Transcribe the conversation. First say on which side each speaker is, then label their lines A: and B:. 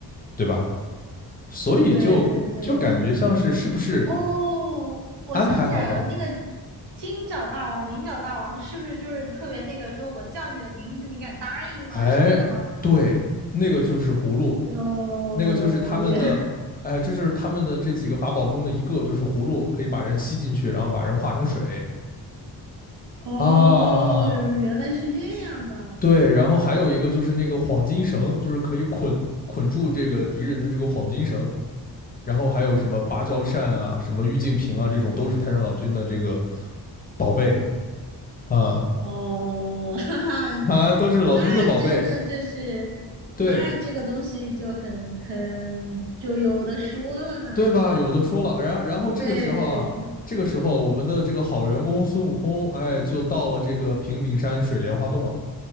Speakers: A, on the left (about 20°); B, on the right (about 80°).
A: 对吧？所以就就感觉像是是不是
B: 对对对。哦，我想起来了，
A: 安排好的。
B: 那个金角大王、银角大王是不是就是特别那个说我叫你的名字，你敢答应吗？
A: 哎，
B: 是那个吗？
A: 对，那个就是葫芦，
B: 哦，
A: 那个就是他们的，
B: 原
A: 哎，这就是他们的这几个法宝中的一个，就是葫芦，可以把人吸进去，然后把人化成水
B: 哦，
A: 啊。
B: 原来是这样的。
A: 对，然后还有一个就是那个黄金绳，就是可以捆捆住这个敌人的这个黄金绳。然后还有什么芭蕉扇啊、什么玉净瓶啊，这种都是太上老君的这个宝贝啊
B: 哦，<laughs> 哈哈，
A: 啊，都是老君的宝贝。
B: 那真的就是，
A: 对，
B: 那这个东西就很很就有的说了呢。
A: 对吧？有的说了，然然后这个时候啊，
B: 对对，
A: 这个时候我们的这个好员工孙悟空，哎，就到了这个平顶山水莲花洞了。